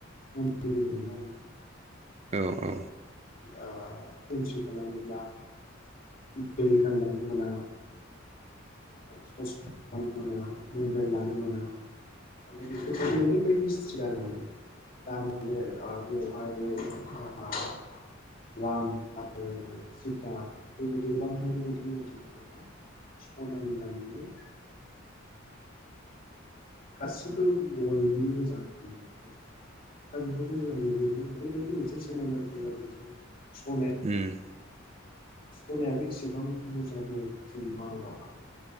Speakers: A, on the left; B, on the right.
A: नोंथां
B: औ औ।
A: आ एन्ट्रि खालामोब्ला बेल गानलांनो मोना। ससमा मोना मबाइल लानो मोना माने बेफोरबायदि <unintelligible> बायदि ष्ट्रिक आरो माने <unintelligible> बेयावहाय <unintelligible> राम आरो सिता बेबायदि <unintelligible> खनानि दानानै गासिबो गल्दनि गोजा मोन बस्थुफोरा दा बेफोरखौ जोंहा नुबोदों ओरैबायदि मोनसे सोमोनांथाव जादों जे सनाया
B: उम्म।
A: सनायाबो एसेबां बुरजा दं जोंनि भारतआवहाय